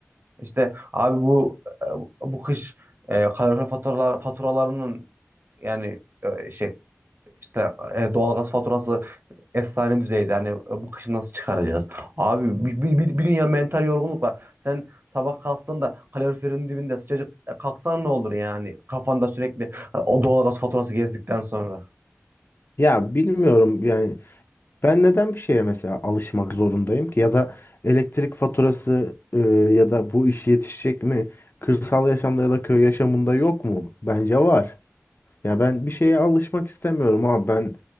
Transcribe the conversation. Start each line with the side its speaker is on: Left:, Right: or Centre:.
Right: İşte abi bu e, bu kış e, kalorifer faturalar faturalarının yani e, şey işte e, doğalgaz faturası efsane düzeyde. Hani e, bu kışı nasıl çıkaracağız? Abi bir, bir, bir, bir dünya mental yorgunluk var. Sen sabah kalktığında kaloriferin dibinde sıcacık e, kalksan ne olur yani? Kafanda sürekli e, o doğalgaz faturası gezdikten sonra.
Left: Ya bilmiyorum yani ben neden bir şeye mesela alışmak zorundayım ki ya da elektrik faturası e, ya da bu iş yetişecek mi? Kırsal yaşamda ya da köy yaşamında yok mu? Bence var. Ya ben bir şeye alışmak istemiyorum ama ben